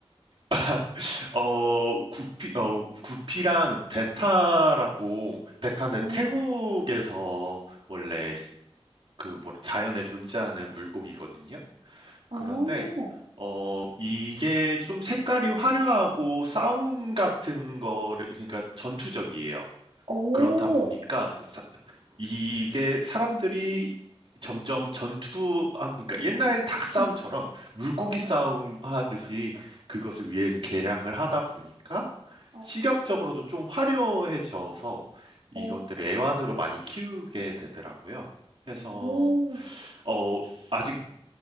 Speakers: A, on the right; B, on the right.
A: <laughs> 어, 구피, 어, 구피랑 베타라고, 베타는
B: 어,
A: 태국에서 원래 시- 그 뭐라, 자연에 존재하는 물고기거든요.
B: 어,
A: 그런데, 어, 이게 좀 색깔이 화려하고 싸움 같은 거를, 그러니까 전투적이에요.
B: 어,
A: 그렇다 보니까 이게 사람들이 점점 전투, 아, 그러니까 옛날 닭 싸움처럼
B: 네,
A: 물고기
B: 어,
A: 싸움 하듯이 그것을 위해서 개량을 하다 보니까
B: 어,
A: 시각적으로도 좀 화려해져서 이것들을
B: 어,
A: 애완으로 많이 키우게 되더라고요. 그래서,
B: 오,
A: 어, 아직